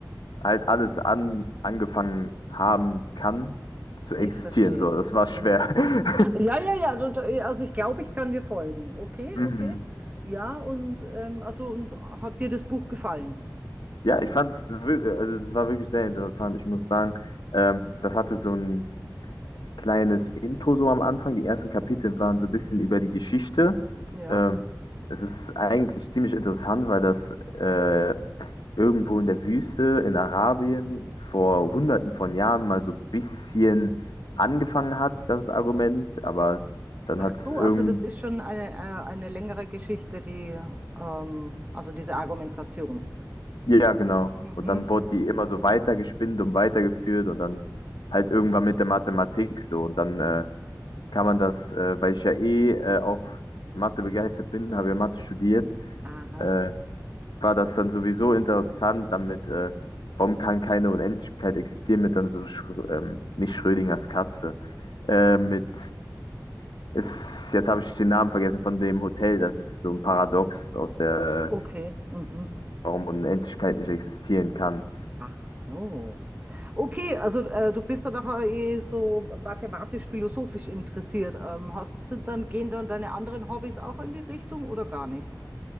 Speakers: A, on the left; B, on the right.
A: halt alles an, angefangen haben kann zu
B: Ich
A: existieren.
B: verstehe.
A: So, das war
B: Äh,
A: schwer. <laughs>
B: Ja, ja, ja, du- du- also ich glaube, ich kann dir folgen. Okay,
A: Mhm.
B: okay. Ja, und ähm, also und hat dir das Buch gefallen?
A: Ja, ich fand's wirklich, also das war wirklich sehr interessant. Ich muss sagen, ähm, das hatte so ein kleines Intro so am Anfang. Die ersten Kapitel waren so
B: Mhm.
A: ein bisschen über die Geschichte.
B: Ja.
A: Ähm, es ist eigentlich ziemlich interessant, weil das äh, irgendwo in der Wüste in Arabien vor hunderten von Jahren mal so ein bisschen angefangen hat, das Argument, aber dann
B: Ach
A: hat
B: so,
A: es irgend,
B: also das ist schon eine, äh, eine längere Geschichte, die ähm, also diese Argumentation.
A: ja, genau.
B: Mhm.
A: Und dann wurde die immer so weitergespinnt und weitergeführt und dann halt irgendwann
B: Mhm.
A: mit der Mathematik so. Und dann äh, kann man das, äh, weil ich ja eh äh, auch Mathe begeistert bin, habe ja Mathe studiert,
B: Aha.
A: äh, war das dann sowieso interessant, damit, äh, warum kann keine Unendlichkeit existieren mit dann so, Schrö- ähm, nicht Schrödingers Katze, äh, mit, ist, jetzt habe ich den Namen vergessen von dem Hotel, das ist so ein Paradox aus der,
B: Okay.
A: äh,
B: Mhm.
A: warum Unendlichkeit nicht existieren kann.
B: Ach so. Okay, also äh, du bist dann doch eh so mathematisch-philosophisch interessiert. Ähm, hast, sind dann, gehen dann deine anderen Hobbys auch in die Richtung oder gar nicht?